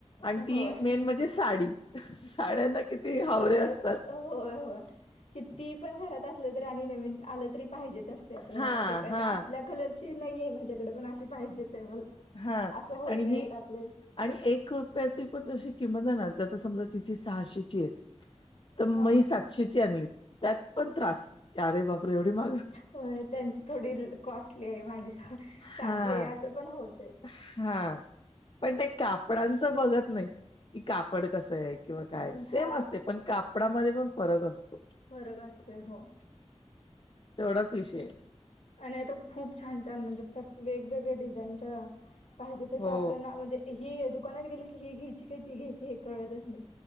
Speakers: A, on the left; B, on the left.
A: आणि
B: हा
A: ती
B: होय
A: मेन म्हणजे साडी साड्यांना किती हावरे
B: सगळ्यात
A: असतात
B: होय होय किती पण घरात असलं तरी आणि नवीन आलं तरी पाहिजेच असत ते आपल्याला
A: हा
B: एका
A: हा.
B: असल्या कलरची नाही आहेे माझ्याकडे पण अशी पाहिजेच आहे मला
A: हा
B: असं होतय
A: आणि ही
B: आपल्याला
A: आणि एक रुपयाची पण जशी किंमत आहे ना तर आता समजा तिची सहाशेची आहे तर
B: हा
A: मही सातशेची आणली त्यात पण त्रास अरे बापरे एवढी माग
B: होय त्यांची थोडी कॉस्टली आहे माझी साधि
A: हा
B: आहे असं पण होतय
A: हा पण ते कापडांचं बघत नाही की कापड कसं आहे किंवा काय
B: हा
A: सेम असते पण कापडामध्ये पण फरक असतो
B: फरक असतोय हो
A: तेवढाच विषय
B: आणि तो खूप छान छान म्हणजे प्र वेगवेगळ्या डिझाईनच्या पाहिजे तस
A: हो
B: आपल्याला म्हणजे ही दुकानात गेली की ही घ्यायची का ती घ्यायची हे कळतच नाही